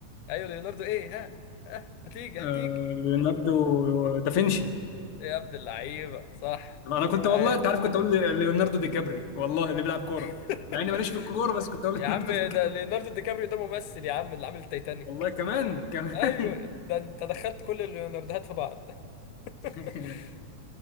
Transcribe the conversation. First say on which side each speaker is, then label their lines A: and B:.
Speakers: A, on the left; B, on the left.
A: ايوه ليوناردو ايه ها آه. هتيجي
B: آه
A: هتيجي
B: ليوناردو دافنشي
A: يا عبد اللعيبة صح
B: طب انا كنت
A: عاش
B: والله انت عارف كنت اقول لي- ليوناردو دي كابري والله اللي بيلعب كوره
A: <laughs>
B: مع اني ماليش في الكوره بس كنت اقول
A: يا
B: <laughs> ليوناردو
A: عم ده
B: دي كابري
A: ليوناردو دي كابريو ده ممثل يا عم اللي عامل التايتانيك
B: والله كمان كمان
A: ايوه ده انت دخلت كل الليوناردوهات في بعض <laughs>
B: <laughs>